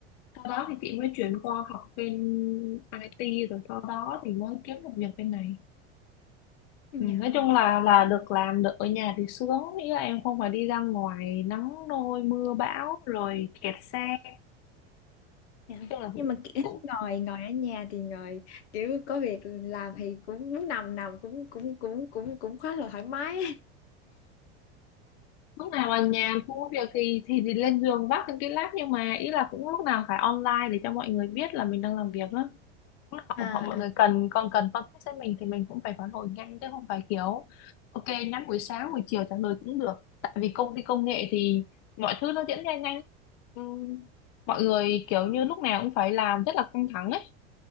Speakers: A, on the left; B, on the left.
A: sau đó thì chị mới chuyển qua học bên IT rồi sau đó thì mới kiếm được việc bên này
B: dạ
A: ừ, nói
B: vâng
A: chung là là được làm được ở nhà thì sướng nghĩa là em không phải đi ra ngoài nắng nôi mưa bão rồi kẹt xe nói
B: Dạ.
A: chung là cũng
B: Nhưng mà kiểu
A: cũng
B: <laughs> ngồi ngồi ở nhà thì ngồi kiểu có việc làm thì cũng muốn nằm nằm cũng cũng cũng cũng cũng khá là thoải mái
A: lúc nào mà nhàn cũng có việc thì thì thì lên giường vác những cái lát nhưng mà ý là cũng lúc nào phải online để cho mọi người biết là mình đang làm việc đó lúc nào
B: à
A: họ họ- mọi
B: à
A: người cần còn cần contact với mình thì mình cũng phải phản hồi nhanh chứ không phải kiểu ok nhắn buổi sáng buổi chiều trả lời cũng được tại vì công ty công nghệ thì mọi thứ nó diễn ra nhanh Ừm, mọi người kiểu như lúc nào cũng phải làm rất là căng thẳng ấy